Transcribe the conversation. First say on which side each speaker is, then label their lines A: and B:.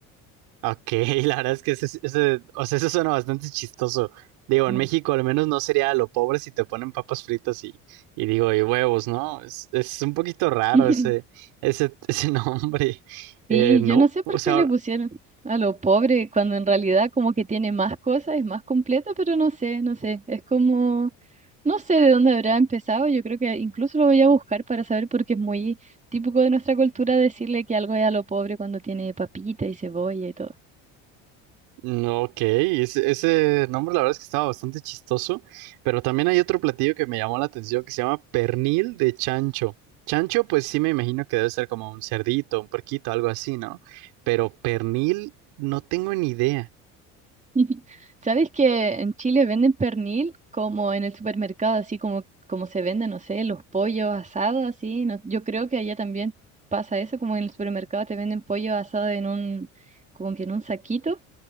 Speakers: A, on the right; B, on the right.
A: Ok, <laughs> la verdad es que ese, ese- o sea, eso suena bastante chistoso. Digo,
B: Ujú.
A: en México al menos no sería a lo pobre si te ponen papas fritas y, y digo, y huevos, ¿no? Es, es un poquito raro
B: <laughs>
A: ese, ese, <laughs> ese nombre,
B: Sí,
A: Eh, ¿no?
B: yo no sé por
A: O
B: qué
A: sea,
B: le pusieron a lo pobre cuando en realidad como que tiene más cosas, es más completa, pero no sé, no sé, es como, no sé de dónde habrá empezado, yo creo que incluso lo voy a buscar para saber porque es muy típico de nuestra cultura decirle que algo es a lo pobre cuando tiene papita y cebolla y todo.
A: No, Ok, ese, ese nombre la verdad es que estaba bastante chistoso, pero también hay otro platillo que me llamó la atención que se llama pernil de chancho. Chancho, pues sí me imagino que debe ser como un cerdito, un puerquito, algo así, ¿no? Pero pernil, no tengo ni idea.
B: <laughs> ¿Sabes que en Chile venden pernil como en el supermercado, así como, como se venden, no sé, los pollos asados, así? No, yo creo que allá también pasa eso, como en el supermercado te venden pollo asado en un, como que en un saquito.